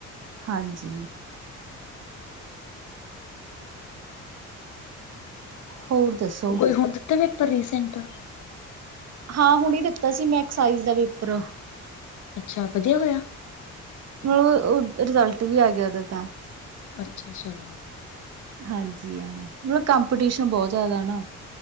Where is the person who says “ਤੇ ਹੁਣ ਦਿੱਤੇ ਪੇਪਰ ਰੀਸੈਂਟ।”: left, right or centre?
Left